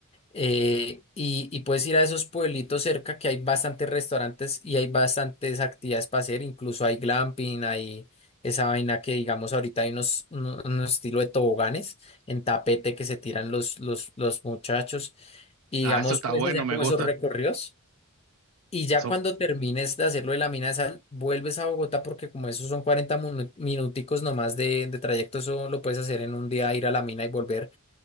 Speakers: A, on the left; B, on the right.
A: Eh, y, y puedes ir a esos pueblitos cerca que hay bastantes restaurantes y hay bastantes actividades para hacer, incluso hay glamping, hay esa vaina que digamos ahorita hay unos, uno- unos estilo de toboganes en tapete que se tiran los, los, los muchachos y
B: Ah,
A: digamos
B: eso está
A: puedes
B: bueno,
A: hacer
B: me
A: como
B: gusta.
A: esos recorridos y ya
B: Eso,
A: cuando termines de hacerlo de la mina de sal, vuelves a Bogotá porque como esos son 40 minu- minuticos nomás de, de trayecto, eso lo puedes hacer en un día, ir a la mina y volver